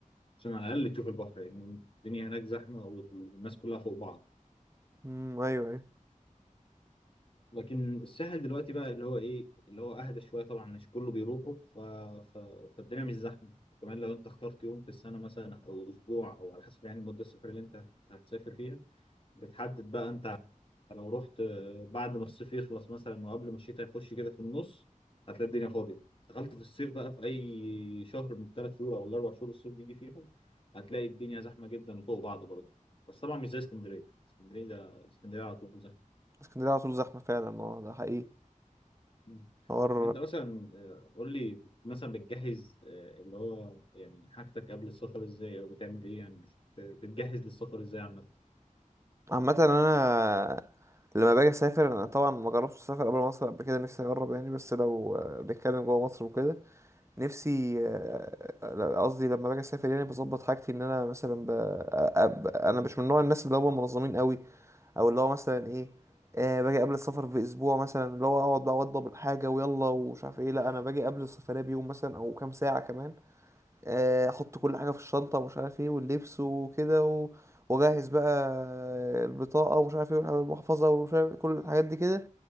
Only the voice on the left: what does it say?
عشان على الاقل تشوف البحر لان يعني الدنيا هناك زحمة والناس كلها فوق بعض
لكن الساحل دلوقتي بقى اللي هو ايه اللي هو اهدى شوية طبعا مش كله بيروحوا ف... ف... فالدنيا مش زحمة كمان لو انت اخترت يوم في السنة مثلا او اسبوع او على حسب يعني مدة السفر اللي انت هتسافر فيها بتحدد بقى انت لو رحت آه، بعد ما الصيف يخلص مثلا وقبل ما الشتاء يخش كده في النص هتلاقي الدنيا فاضية دخلت في الصيف بقى في أي شهر من الثلاث شهور أو الأربع شهور الصيف بيجي فيهم هتلاقي الدنيا زحمة جدا فوق بعض برضه بس طبعا مش زي اسكندرية اسكندرية ده اسكندرية على طول زحمة
مم.
طب أنت مثلا آه، قول لي مثلا بتجهز آه، اللي هو يعني حاجتك قبل السفر إزاي أو بتعمل إيه يعني بت- بتجهز للسفر إزاي عامة؟